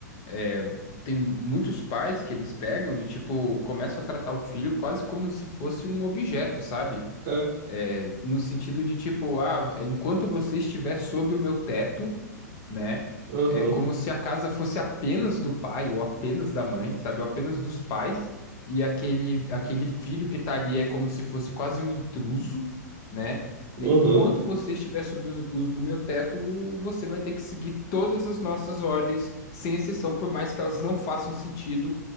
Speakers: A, on the left; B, on the right.
A: é, tem muitos pais que eles pegam e, tipo, começam a tratar o filho quase como se fosse um objeto, sabe?
B: É,
A: É, no sentido de tipo, ah, enquanto você estiver sob o meu teto, né?
B: aham,
A: É como se a casa fosse apenas do pai ou apenas da mãe, sabe? Ou apenas dos pais. E aquele, aquele filho que tá ali é como se fosse quase um intruso, né? E
B: aham,
A: aí, enquanto você estiver sobre os- os- o meu teto, você vai ter que seguir todas as nossas ordens, sem exceção, por mais que elas não façam sentido